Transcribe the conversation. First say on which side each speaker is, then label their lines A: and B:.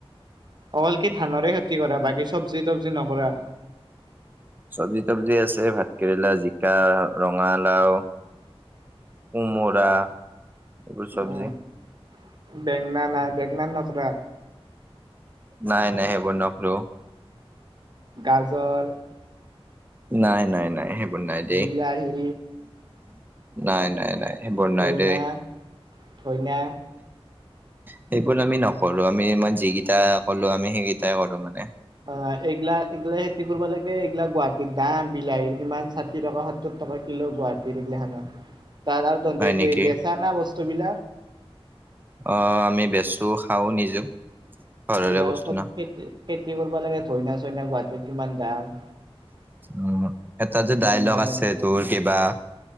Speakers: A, on the right; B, on the right.
A: অকল কি ধানৰে খেতি কৰা, বাকী চব্জি তবজি নকৰা?
B: চব্জি তবজি আছে, ভাত কেৰেলা, জিকা, ৰঙালাও। কোমোৰা। এইবোৰ চব্জি
A: অ', বেংনা নাই, বেঙেনা নকৰা।
B: নাই নাই সেইবোৰ নকৰো।
A: গাজৰ।
B: নাই নাই নাই সেইবোৰ নাই দেই।
A: বিলাহী
B: নাই নাই নাই। এইবোৰ নাই
A: ধইনা
B: দেই।
A: ধইনা
B: সেইবোৰ আমি নকৰো, আমি মই যিকেইটাই কলো আমি সেইকেইটাই কৰো মানে।
A: অ', এইগিলা এইগিলা খেতি কৰিব লাকে এইগিলা গুৱাহাটীত দাম বিলাহীৰ কিমান ষাঠি টকা সত্তোৰ টকা কিলো গুৱাহাটী <unintelligible> তাত আৰু তাতে
B: হয় নেকি
A: বেচা না বস্তুবিলাক।
B: অ', আমি বেচো খাও নিজেও ঘৰৰে
A: এইবিলাক
B: বস্তু ন
A: খেতি-খেতি কৰিব লাগে ধইনা চইনা গুৱাহাটীত কিমান দাম।
B: উ, এটা যে ডাইলগ
A: বেঙনা চেঙনা
B: আছে
A: দাম
B: তোৰ কিবা